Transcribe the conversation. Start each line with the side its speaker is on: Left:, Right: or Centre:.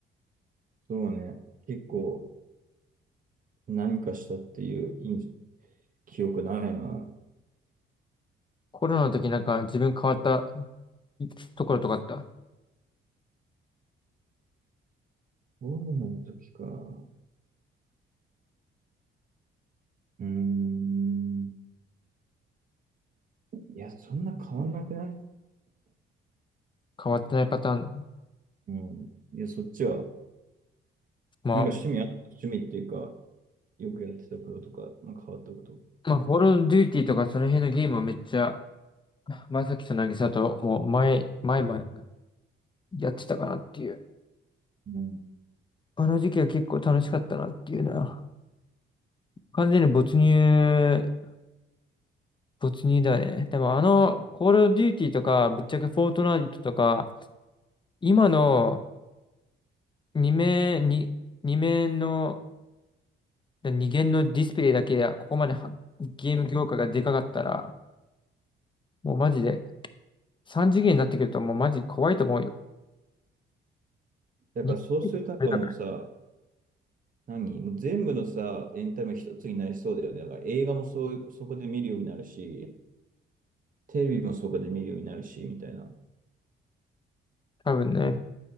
Right: そうね。結構何かしたっていう印記憶ないな。
Left: コロナの時なんか自分変わったところとかあった
Right: コロナの時か。うーん。いや、そんな変わんなくない
Left: 変わってないパターン。
Right: うん。いや、そっちは。
Left: まあ、
Right: なんか趣味あった、趣味っていうか、よくやってたこととか、まあ、変わったこと。
Left: まあ、コールオブデューティーとかその辺のゲームはめっちゃ前崎と渚ともう前、前々やってたかなっていう。
Right: うん
Left: あの時期は結構楽しかったなっていうな。完全に没入、没入だね。でもあの、コールドデューティーとか、ぶっちゃけフォートナイトとか、今の2面、に二面の、2限のディスプレイだけや、ここまではゲーム業界がでかかったら、もうマジで、3次元になってくるともうマジ怖いと思うよ。
Right: だからそうするとなんかもうさ、
Left: にだから、
Right: 何もう全部のさ、エンタメ一つになりそうだよね。だから映画もそう、そこで見るようになるし、テレビもそこで見るようになるし、みたいな。
Left: 多分ね。